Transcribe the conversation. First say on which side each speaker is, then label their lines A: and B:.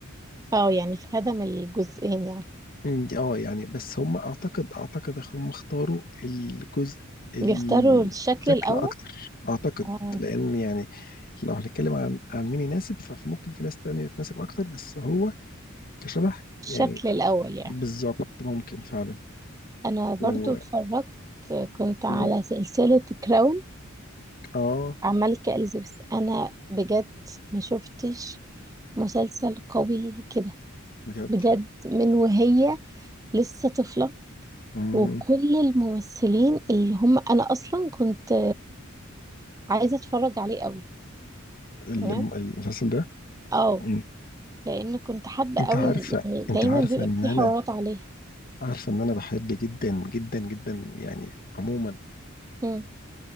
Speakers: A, on the right; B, on the left.
A: اه يعني خدم الجزئين يعني
B: مم، دي- اه يعني بس هم اعتقد اعتقد هم اختاروا الجزء ال-
A: بيختاروا الشكل
B: الشكل
A: الأول
B: اكتر اعتقد
A: اه
B: لان يعني لو هنتكلم عن عن مين يناسب فممكن في ناس تانية تناسب اكتر بس هو كشبه يعني
A: الشكل الأول يعني
B: بالظبط ممكن فعلا
A: أنا برضو
B: و
A: اتفرجت كنت على
B: مم،
A: سلسلة كراون
B: اه
A: الملكة إليزابيث أنا بجد ما شفتش مسلسل قوي كده
B: بجد
A: بجد من وهي لسه طفلة
B: مم،
A: وكل الممثلين اللي هم أنا أصلا كنت عايزة أتفرج عليه قوي
B: الم-
A: تمام
B: المسلسل ده
A: اه
B: مم.
A: لان كنت حابه
B: انت
A: قوي
B: عارفة
A: إن- يعني
B: انت
A: دايما
B: عارفة
A: بيبقى
B: ان
A: في
B: انا
A: حوارات عليها
B: عارفة ان انا بحب جدا جدا جدا يعني عموما
A: مم.